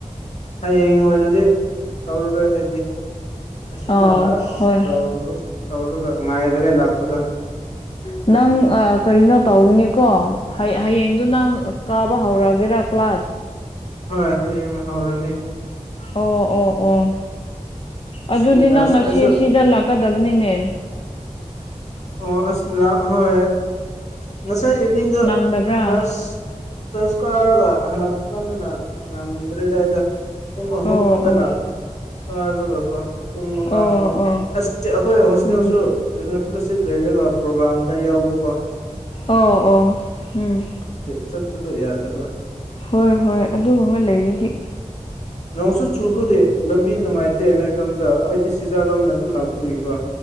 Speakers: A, on the left; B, on the left.
A: ꯍꯌꯦꯡ ꯑꯣꯏꯅꯗꯤ ꯇꯧꯔꯨꯔꯣꯏ ꯑꯩꯗꯤ ꯃꯁꯤꯅ
B: ꯑ
A: ꯂꯥꯁ
B: ꯍꯣꯏ
A: ꯇꯧꯔ ꯇꯧꯔꯒ ꯉꯥꯏꯔꯒ ꯂꯥꯛꯄꯗꯣ
B: ꯅꯪ ꯑ ꯀꯔꯤꯅꯣ ꯇꯧꯅꯤꯀꯣ ꯍꯌꯦꯡꯗꯨ ꯅꯪ ꯀꯥꯕ ꯍꯧꯔꯒꯦꯔꯥ ꯀ꯭ꯂꯥꯁ
A: ꯍꯣꯏ ꯍꯌꯦꯡꯅ ꯍꯧꯔꯒꯦ
B: ꯑꯣ ꯑꯣ ꯑꯣ ꯑꯗꯨꯗꯤ
A: ꯁꯤ ꯂꯥꯁ
B: ꯅꯪ ꯉꯁꯤ
A: ꯑꯩꯁꯨ
B: ꯁꯤꯗ ꯂꯥꯛꯀꯗꯕꯅꯤꯅꯦ
A: ꯑꯣ ꯑꯁ ꯍꯣꯏ ꯉꯁꯥꯏ ꯏꯚꯤꯅꯤꯡꯗ
B: ꯅꯪꯗꯕ꯭ꯔꯥ
A: ꯀꯂꯥ꯭ꯁ ꯆꯔꯆ ꯀꯥꯔꯒ ꯍꯂꯛꯄꯀꯥꯟꯗꯨꯗ ꯅꯪꯗ꯭ꯔꯦꯗ ꯑꯩꯗꯣ ꯄꯨꯡ ꯑꯍꯨꯝꯗꯅ
B: ꯑꯣ ꯑꯣ
A: ꯀꯥꯔꯒ ꯀꯣ ꯄꯨꯡ ꯃꯉꯥ
B: ꯑꯣ ꯑꯣ
A: ꯃꯉꯥ
B: ꯑꯣ
A: ꯑ ꯑꯩꯈꯣꯏ ꯍꯣꯁꯇꯦꯜꯁꯨ
B: ꯎꯝ
A: ꯀꯩꯅꯣ ꯐꯤꯂꯣꯁꯤꯞ ꯂꯩꯔꯒ ꯄ꯭ꯔꯣꯒ꯭ꯔꯥꯝꯗ ꯌꯥꯎꯕꯀꯣ
B: ꯑꯣ ꯑꯣ ꯎꯝ
A: ꯆꯠꯄꯗꯣ ꯌꯥꯗꯕ
B: ꯍꯣꯏ ꯍꯣꯏ ꯑꯗꯨꯒꯨꯝꯕ ꯂꯩꯔꯗꯤ
A: ꯅꯣꯡꯁꯨ ꯆꯨꯕꯒꯤ ꯂꯝꯕꯤ ꯅꯨꯡꯉꯥꯏꯇꯦ ꯅꯣꯏ ꯂꯣꯝꯗ ꯑꯩꯗꯤ ꯁꯤꯖꯥꯔꯣꯝꯅ ꯑꯗꯨꯝ ꯂꯥꯛꯄꯒꯤꯀꯣ